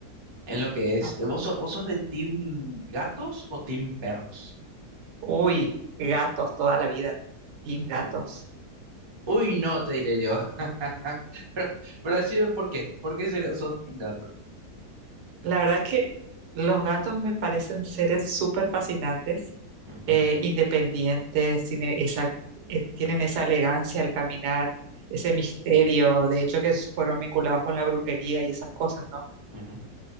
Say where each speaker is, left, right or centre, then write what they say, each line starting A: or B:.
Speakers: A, on the right; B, on the right.
A: en lo que es.
B: A ver.
A: eh, ¿Vos, so- vos sos del team gatos o team perros?
B: Uy, gatos toda la vida, team gatos.
A: Uh, Uy, no, te diré yo. <laughs> Pero, pero decime por qué. ¿Por qué será- sos team gato?
B: La verdad que los gatos me parecen seres súper fascinantes,
A: Ujú,
B: eh, independientes, tiene esa- eh, tienen esa elegancia al caminar, ese misterio, de hecho que fueron vinculados con la brujería y esas cosas, ¿no?
A: ujú.